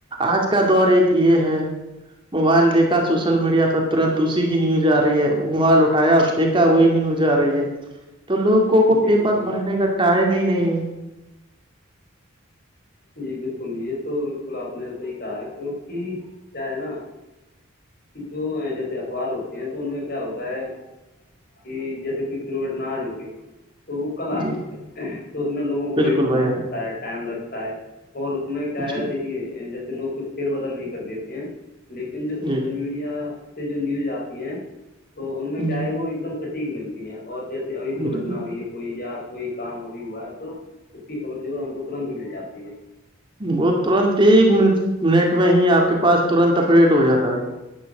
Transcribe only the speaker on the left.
جی
جی
جی بالکل یہ تو بالکل آپ نے صحی کہا ہے کیونک کیا ہے نا کہ جو جیسے اخبار ہوتے ہیں تو ان میں کیا ہوتا ہے کہ جیسے کوئی درگٹنا آج ہو گئی تو وہ کل آتی
ہے تو اس میں لوگوں کو
ویٹ کرنا
پڑتا ہے ٹائم لگتا ہے اور اس میں کیا ہے
دیکھیے جیسے لوگ کچھ فیر بدل بھی کر دیتے ہیں لیکن جو سوشل
میڈیا سے جو نیوز آتی ہیں تو ان میں کیا
ہے وہ ایک دم سٹیک ملتی ہیں اور جیسے ابھی درگٹنا
ہوئی ہے کوئی یا کوئی کام ابھی ہوا ہے تو اس کی خبر جو ہے ہم کو ترنت مل جاتی ہے